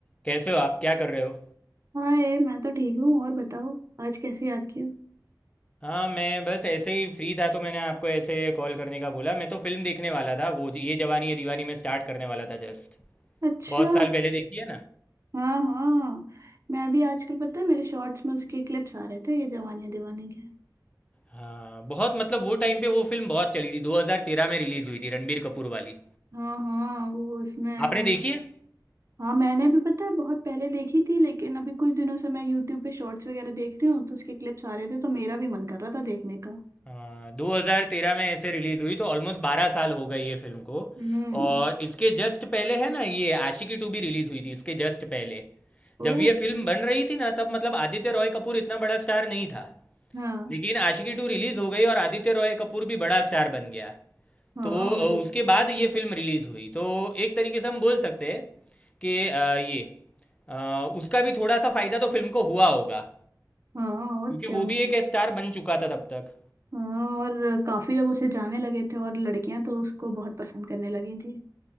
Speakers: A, on the left (about 15°); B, on the right (about 40°).
A: कैसे हो आप क्या कर रहे हो
B: हाय मैं तो ठीक हूँ और बताओ आज कैसे याद किया
A: हाँ मैं बस ऐसे ही फ्री था तो मैंने आपको ऐसे कॉल करने का बोला मैं तो फिल्म देखने वाला था वो ये जवानी है दीवानी में स्टार्ट करने वाला था जस्ट
B: अच्छा
A: बहुत साल पहले देखी है ना
B: हाँ हाँ मैं अभी आजकल पता है मेरे शॉर्ट्स में उसके क्लिप्स आ रहे थे ये जवानी दीवानी के
A: हाँ बहुत मतलब वो टाइम पे वो फिल्म बहुत चली थी 2013 में रिलीज़ हुई थी रणबीर कपूर वाली
B: हाँ हाँ वो उसमें
A: आपने
B: वो
A: देखी है
B: हाँ मैंने भी पता है बहुत पहले देखी थी लेकिन अभी कुछ दिनों से मैं यूट्यूब पे शॉर्ट्स वगैरह देख रही हूँ तो उसके क्लिप्स आ रहे थे तो मेरा भी मन कर रहा था देखने का
A: हाँ 2013 में ऐसे रिलीज़ हुई तो ऑलमोस्ट 12 साल हो गए ये फिल्म को
B: हम्म
A: और इसके जस्ट पहले है ना ये आशिकी टू भी रिलीज़ हुई थी इसके जस्ट पहले
B: ओ
A: जब ये फिल्म बन रही थी ना तब मतलब आदित्य रॉय कपूर इतना बड़ा स्टार नहीं था
B: हाँ
A: लेकिन आशिकी टू रिलीज हो गई और आदित्य रॉय कपूर भी बड़ा स्टार बन गया
B: हाँ
A: तो अ,
B: अरे
A: उसके बाद ये फिल्म रिलीज हुई तो एक तरीके से हम बोल सकते हैं कि अ, ये अ, उसका भी थोड़ा सा फायदा तो फिल्म को हुआ होगा
B: हाँ और
A: क्योंकि
B: क्या
A: वो
B: मतलब
A: भी एक स्टार बन चुका था तब तक
B: हाँ और काफी लोग उसे जाने लगे थे और लड़कियां तो उसको बहुत पसंद करने लगी थी